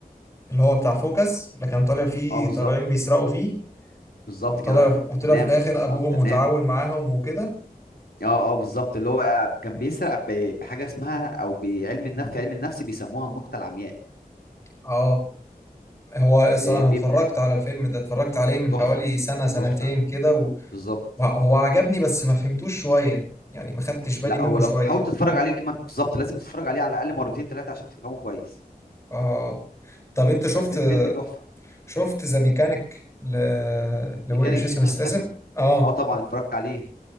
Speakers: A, on the left (about 20°); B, on the left (about 80°).
A: اللي هو بتاع فوكس اللي كان طالع فيه
B: اه بالظبط
A: طالعين بيسرقوا فيه
B: بالظبط
A: وطلع
B: كده
A: وطلع
B: تمام
A: في الآخر أبوهم
B: آه تمام
A: متعاون معاهم وكده
B: اه اه بالظبط اللي هو كان بيسرق ب- بحاجه اسمها او بعلم النفس في علم النفس بيسموها النقطه العمياء
A: اه هو الصراحة
B: إيه،
A: أنا
B: بيبدا
A: اتفرجت على الفيلم ده اتفرجت عليه من
B: تحفه
A: حوالي سنة سنتين
B: تحفه
A: كده و...
B: بالظبط
A: وهو عجبني بس ما فهمتوش شوية يعني ما خدتش بالي
B: لا
A: منه
B: هو لو
A: شوية
B: حاول تتفرج عليه ما انت- بالظبط لازم تتفرج عليه على الاقل مرتين ثلاثه عشان تفهمه كويس
A: اه طب انت شفت
B: بس الفيلم تحفه
A: شفت ذا ميكانيك ل... لجيسون
B: ميكانيك جيسون
A: ستاثام
B: ستاثام
A: اه
B: اه طبعا اتفرجت عليه